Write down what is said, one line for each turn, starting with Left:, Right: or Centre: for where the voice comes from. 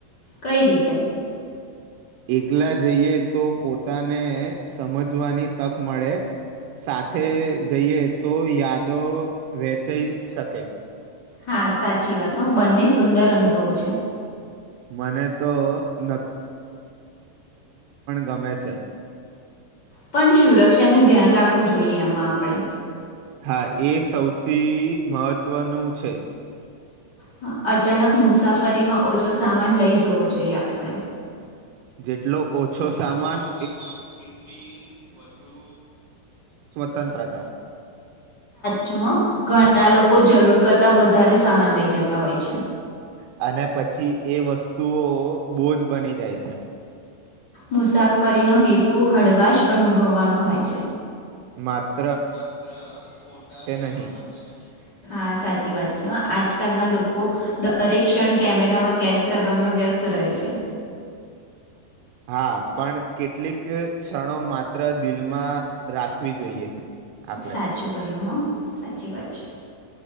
Left: કઈ રીતે
Right: એક એકલા જઈએ તો પોતાને સમજવાની તક મળે સાથે જઈએ તો યાદો વેચાઈ શક ઓકે
Left: હા સાચી વાત હોઉ બંને સુંદર અનુભવ છે
Right: મને તો ન ગમે છે
Left: પણ સુરક્ષા ને ધ્યાન રાખ રાખવું જોઈએ એમાં આપડે.
Right: હા, એ સૌથી મહત્વનું છે.
Left: હા અચાનક મુસાફરીમાં ઓછો સામાન લઈ જવો જોઈએ આપડે.
Right: જેટલો ઓછો
Left: જેટલો
Right: સામાન
Left: ઓછો સામાન એટલી વધુ
Right: સ્વત તંત્રતા.
Left: ચું હ ઘણા લોકો જરૂર કરતા વધારે સામાન લઈ જતા હોય છે.
Right: અને પછી એ વસ્તુઓ બોજ બની જાય છે.
Left: મુસાફરી નો હેતુ હળવાશ અનુભવવાનો હોય છે.
Right: માત
Left: માત્ર ફોટા લેવા
Right: નહીં.
Left: માટે નહીં હા, સાચી વાત છે આજકાલના લોકો દરેક ક્ષણ કેમેરામાં કેદ કરવામાં વ્યસ્ત રહે છે.
Right: હા. પણ કેટલીક ક્ષણો માત્ર દિલમાં રાખવી જોઈએ આપડે.
Left: સાચું કહ્યું હા સાચી વાત છે.